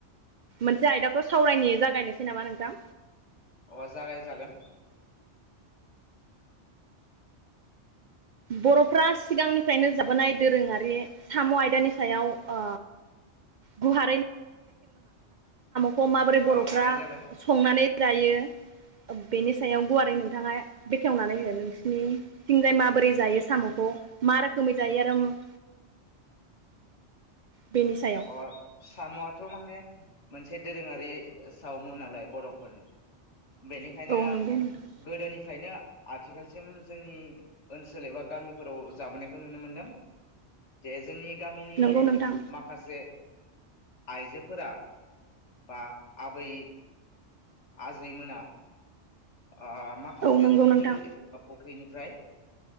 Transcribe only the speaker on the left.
अ जागाय जागोन
अ हानाय जागोन
अ साम'आथ' माने मोनसे दोरोङारि सावमु नालाय बर'फोरनि। बेनिखायनो
गोदोनिफ्रायनो आथिखालसिम जोंनि ओनसोल एबा गामिफोराव जाबोनायखौ नुनो मोनदों जे जोंनि गामिनि
जे आइजोफोरा बा आबै आजैमोना ओ माखासे
बिलो
एबा फुख्रिनिफ्राय